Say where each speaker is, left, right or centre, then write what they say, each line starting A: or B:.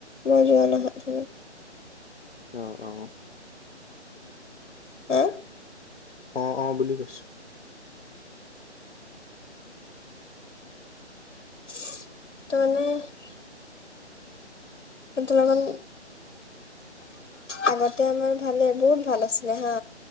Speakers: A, on the left; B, on the left.
A: মই যোৱা নাহাটো
B: ত অ।
A: আ!
B: অ অ বুলি কৈছো।
A: চু, তাৰ মানে কিন্তুলন আগতে আমাৰ ভালে বহুত ভাল আছিলে হা।